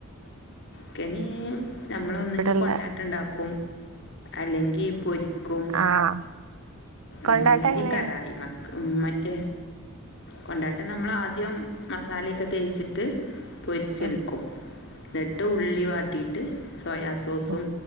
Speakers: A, on the left; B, on the right.
A: ക്കന്. നമ്മളൊന്നങ്കി
B: വീട്ടിലുള്ള
A: കൊണ്ടാട്ടം ഇണ്ടാക്കും അല്ലെങ്കി പൊരിക്കും.
B: ആഹ് കൊണ്ടാട്ടം
A: മം അല്ലെങ്കി
B: എങ്ങനെയാ
A: കടായി മക്ര മം മ റ്റേ കൊണ്ടാട്ടം നമ്മളാ ആദ്യം മസാലയൊക്കെ തേച്ചിട്ട് പൊരിച്ചിടക്കും
B: ഉം
A: ഇന്നിട്ട് ഉള്ളി വാട്ടീട്ട് സോയാ സോസും
B: ഉം